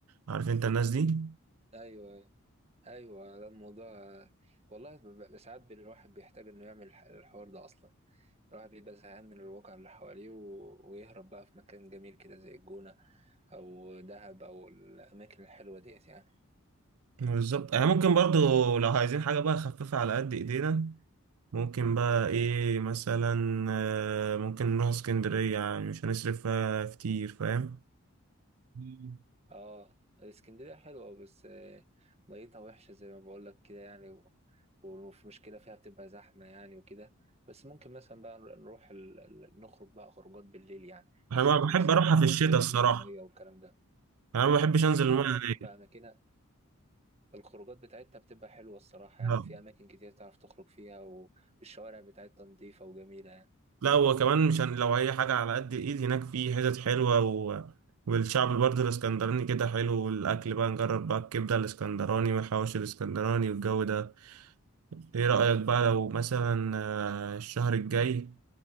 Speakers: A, on the right; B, on the right.
A: عارف أنت الناس دي
B: أيوه ايوه ده الموضوع والله ب- ب- ساعات بي- الواحد بيحتاج انه يعمل الح- الحوار ده اصلا الواحد بيبقى زهقان من الواقع اللي حواليه و- ويهرب بقى في مكان جميل كده زي الجونة او دهب او الاماكن الحلوة ديت يعني
A: بالظبط يعني ممكن برضو لو عايزين حاجة بقى خفيفة على قد ايدينا ممكن بقى ايه مثلا آه، ممكن نروح اسكندرية يعني مش هنصرف فيها كتير فاهم مم.
B: اه اسكندرية حلوة بس آه، ميتها وحشة زي ما بقول لك كده يعني و- وفي مشكلة فيها بتبقى زحمة يعني وكده بس ممكن مثلا بقى نر- نروح ال... ال- نخرج بقى خروجات بالليل يعني
A: انا
B: مش شرط
A: ما بحب
B: مصيف
A: اروحها
B: على
A: في الشتاء
B: طول
A: الصراحة
B: اللي هي المية والكلام ده
A: انا ما بحبش انزل المية
B: اه
A: هناك
B: تبقى اماكنها الخروجات بتاعتها بتبقى حلوة الصراحة
A: لا
B: يعني وفي أماكن كتير تعرف تخرج فيها والشوارع بتاعتها نضيفة وجميلة يعني
A: لا، هو كمان مش هن... لو اي حاجة على قد الايد هناك في حتت حلوة و... والشعب برضه الاسكندراني كده حلو والاكل بقى نجرب بقى الكبدة الاسكندراني والحواوشي الاسكندراني والجو ده ايه رأيك بقى لو مثلا آه، الشهر الجاي